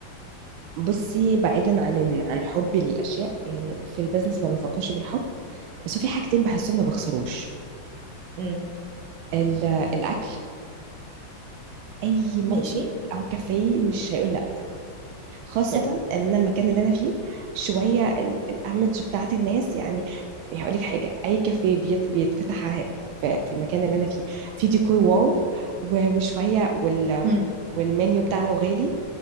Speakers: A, on the right; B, on the right.
A: بصي بعيدا عن إن- عن حبي للاشياء يعني في البيزنس ما بفكرش بالحب بس في حاجتين بحسهم ما بخسروش
B: امم
A: ال- الاكل اي مطعم
B: ماشي
A: او كافيه مش هيقول خاصة
B: حلو
A: ان أنا المكان اللي انا فيه شوية ال- الايمج بتاعت الناس يعني يعني هقول لك حاجة اي كافيه بيت- بيتفتح ع- في في المكان اللي انا فيه في ديكور واو و- وشوية وال
B: امم
A: والمنيو بتاعه غالي